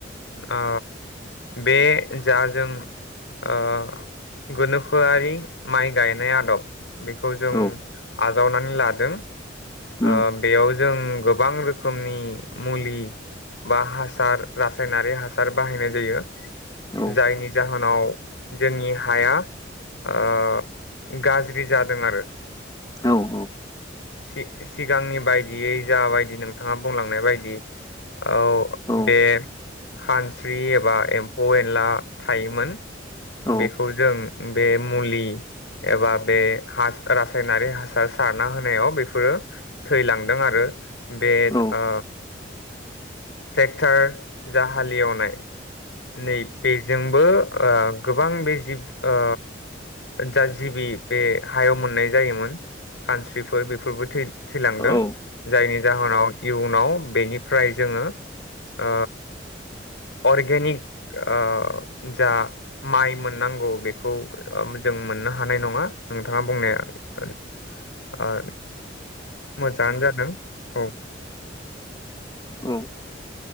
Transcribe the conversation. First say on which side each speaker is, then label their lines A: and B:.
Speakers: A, on the left (about 80°); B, on the left (about 20°).
A: आ बे जा जों आ गोनोखोआरि माइ गायनाय आदब बे जों
B: औ
A: आ जावनानै लादों।
B: उम
A: अ बेयाव जों गोबां रोखोमनि मुलि बा हासार रासायनारि हासार बाहायनाय जायो।
B: औ
A: जायनि जाहोनाव जोंनि हाया ओ गाज ज्रि जादों आरो।
B: औ औ
A: सि-सिगांनि बायदियै जाबायदि नोंथाङा बुंलांनाय बायदि औ
B: औ
A: बे खानस्रि एबा एम्फौ एनला थायोमोन
B: औ
A: बेखौ जों बे मुलि एबा बे हा रासायनारि हासार सारना होनायाव बेफोरो थैलांदों आरो। बे
B: औ
A: ओ ट्रेक्टार जा हालेवनाय नै बेजों बो ओ गोबां बे जिब ओ जा जिबि बे हायाव मोननाय जायोमोन खानस्रिफोर बेफ फोरबो थैलांदों
B: औ
A: जायनि जाहोनाव इयुनाव बेनिफ्राय जोंङो ओ अर्गेनिक ओ जा माइ मोननांगौ बेखौ जों मोननो हानाय नङा। नोंथाङा बुंनाया ओ मोजांङानो जादों औ।
B: औ